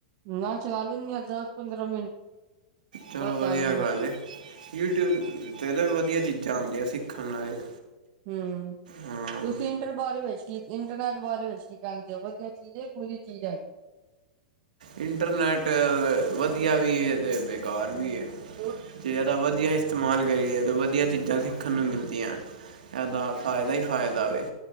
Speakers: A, on the right; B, on the right.
A: ਨਾ ਚਲਾ ਲੈਂਦੇ ਆ ਦਸ ਪੰਦਰਾਂ ਮਿੰਟ
B: ਚਲੋ
A: ਬਸ ਜ਼ਿਆਦਾ
B: ਵਧੀਆ
A: ਨੀ
B: ਗੱਲ ਏ। ਯੂਟਿਊਬ ਤੇ ਤਾਂ ਵੀ ਵਧੀਆ ਚੀਜ਼ਾਂ ਆਦੀਆ, ਸਿੱਖਣ ਲਾਇਕ।
A: ਹੂੰ।
B: ਹਾਂ
A: ਤੁਸੀਂ ਇੰਟਰ ਬਾਰੇ ਵਿਚ ਕੀ ਇੰਟਰਨੈੱਟ ਬਾਰੇ ਵਿਚ ਕੀ ਕਹਿੰਦੇ ਓ ਕਿ ਅੱਛੀ ਚੀਜ਼ ਐ <unintelligible> ਬੁਰੀ ਚੀਜ਼ ਐ?
B: ਇੰਟਰਨੈੱਟ ਵਧੀਆ ਵੀ ਏ ਤੇ ਬੇਕਾਰ ਵੀ ਏ।
A: <inaudible>
B: ਜੇ ਏਦਾ ਵਧੀਆ ਇਸਤੇਮਾਲ ਕਰੀਏ ਤਾਂ ਵਧੀਆ ਚੀਜ਼ਾਂ ਸਿੱਖਣ ਨੂੰ ਮਿਲਦੀਆਂ। ਏਦਾ ਫਾਇਦਾ ਈ ਫਾਇਦਾ ਵੇ,